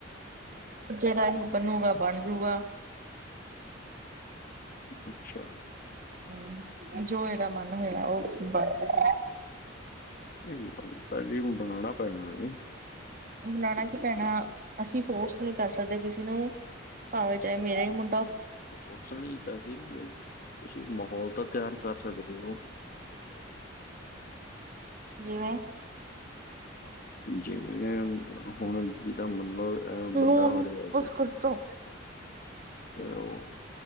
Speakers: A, on the right; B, on the left.
A: ਜਿਹੜਾ ਇਹ ਬਨੂਗਾ, ਬਣ ਜੂਗਾ।
B: ਅੱਛਾ।
A: ਹੂ, ਜੋ ਇਹਦਾ ਮਨ ਹੋਇਆ ਉਹ ਬਣ ਜੂਗਾ।
B: ਨਹੀਂ ਮਨ ਤਾਂ ਜੀ ਬਣਾਣਾ ਪੈਣਾ ਜੀ।
A: ਨਹੀਂ ਬਨਾਣਾ ਕੀ ਪੈਣਾ, ਅਸੀਂ ਫੋਰਸ ਨਹੀਂ ਕਰ ਸਕਦੇ ਕਿਸੇ ਨੂੰ, ਭਾਵੇਂ ਚਾਹੇ ਮੇਰੇ ਵੀ ਮੁ
B: ਫੋਰਸ ਨਹੀਂ ਤਾਂ ਕੀ ਤੁਸੀਂ ਮਾਹੌਲ ਤਾਂ ਤਿਆਰ ਕਰ ਸਕਦੇ ਹੋ।
A: ਜਿਵੇਂ
B: ਜਿਵੇਂ ਹੁਣ ਜਿਦਾ ਮਤਲਬ ਐ ਵੱਡਾ
A: ਨੂਨ
B: ਹੋ ਰਿਹਾ
A: ਬਸ ਖਰਚੋ
B: ਹੈਲੋ,